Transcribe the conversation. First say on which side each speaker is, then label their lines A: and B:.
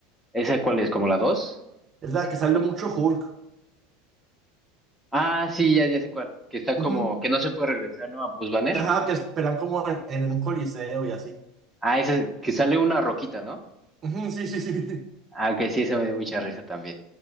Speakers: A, in the centre; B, on the right.
A: ¿Esa cuál es? ¿Como la dos
B: Es la que sale mucho Hulk.
A: Ah, sí, ya, ya sé cuál. Que está
B: Ujú.
A: como, que no se puede regresar, ¿no? A Bruce Banner.
B: Ajá, que esperan como en, en un coliseo y así.
A: Ah, ese que sale una roquita, ¿no?
B: Ujú, sí, sí, sí. <laughs>
A: Ah, ok, sí, esa me dio mucha risa también.